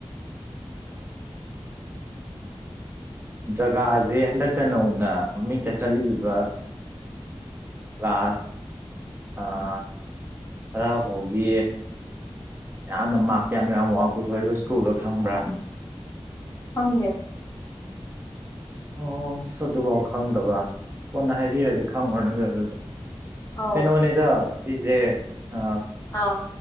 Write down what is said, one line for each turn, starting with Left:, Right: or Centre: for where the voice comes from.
Right: ꯖꯒꯥꯁꯦ ꯍꯟꯗꯛꯇ ꯅꯧꯅ ꯃꯃꯤꯡ ꯆꯠꯈꯠꯂꯛꯏꯕ ꯀ꯭ꯂꯥꯁ ꯑꯥ ꯇꯔꯥ ꯐꯥꯎꯗꯤ ꯌꯥꯝꯅ ꯃꯥꯔꯛ ꯀ ꯌꯥꯝ ꯌꯥꯝ ꯋꯥꯡ ꯄꯨꯊꯣꯛꯏꯕ ꯁ꯭ꯀꯨꯜꯗꯣ ꯈꯪꯕ꯭ꯔꯥ
Left: ꯈꯪꯗꯦ
Right: ꯑꯣ ꯑꯁ ꯑꯗꯨꯐꯥꯎ ꯈꯪꯗꯕ ꯀꯣꯟꯅ ꯍꯥꯏꯕꯤꯔꯒꯦ ꯈꯪꯉꯨꯔꯅꯨ꯫ꯑꯗꯨꯗꯤ
Left: ꯑꯧ
Right: ꯀꯩꯅꯣꯅꯤꯗ ꯁꯤꯁꯦ ꯑ
Left: ꯑꯥ